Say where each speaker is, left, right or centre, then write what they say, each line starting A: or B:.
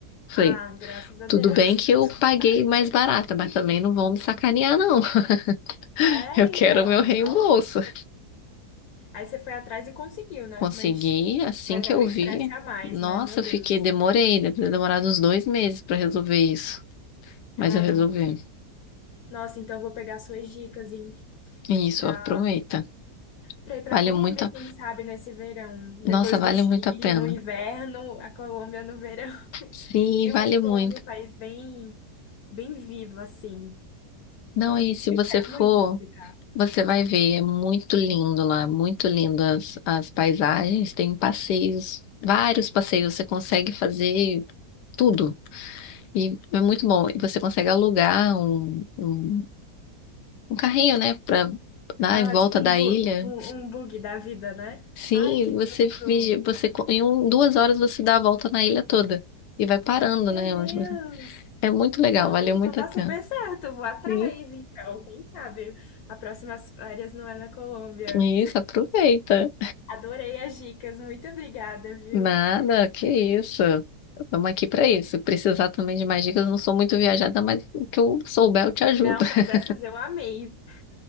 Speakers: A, on the left; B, on the left.
A: Falei,
B: Ah, graças a
A: tudo
B: Deus,
A: bem
B: <laughs> deu
A: que eu
B: tudo
A: paguei
B: certo.
A: mais barata, mas também não vão me sacanear, não. <laughs>
B: É,
A: Eu quero
B: então,
A: o meu reembolso.
B: nossa. Aí você foi atrás e conseguiu, né?
A: Consegui,
B: Mas,
A: assim
B: mas
A: que
B: é
A: eu
B: um estresse
A: vi.
B: a mais,
A: Nossa,
B: né? Meu
A: eu
B: Deus.
A: fiquei, demorei, deve ter demorado uns dois meses pra resolver isso. Mas
B: Ai,
A: eu resolvi.
B: nossa, então eu vou pegar suas dicas, hein?
A: Isso,
B: Pra,
A: aproveita.
B: pra ir pra
A: Vale
B: Colômbia,
A: muito a...
B: quem sabe, nesse verão.
A: Nossa,
B: Depois
A: vale
B: do Chile,
A: muito a pena.
B: no inverno, a Colômbia no verão.
A: Sim,
B: Eu
A: vale
B: acho a
A: muito.
B: Colômbia um país bem, bem vivo, assim.
A: Não, e se
B: Eu
A: você
B: quero
A: for.
B: muito visitar.
A: Você vai ver, é muito lindo lá, muito lindo as, as paisagens, tem passeios, vários passeios, você consegue fazer tudo. E é muito bom. E você consegue alugar um, um, um carrinho, né, para dar
B: Ah,
A: em volta
B: tipo um,
A: da
B: bu
A: ilha.
B: um, um bug da vida, né?
A: Sim,
B: Ai, que
A: você
B: tudo!
A: finge, você co- em um, duas horas você dá a volta na ilha toda e vai parando,
B: Meu
A: né?
B: Deus!
A: onde você- É muito
B: Então,
A: legal, valeu
B: então
A: muito
B: dá
A: a pena.
B: super certo, eu vou atrás,
A: Sim.
B: então, quem sabe? A próxima férias não é na Colômbia.
A: Isso, aproveita.
B: Adorei as dicas, muito obrigada, viu?
A: Nada, que isso. Estamos aqui para isso. Se Precisar também de mais dicas, eu não sou muito viajada, mas o que eu souber eu te ajudo.
B: Não,
A: <laughs>
B: mas essas eu amei.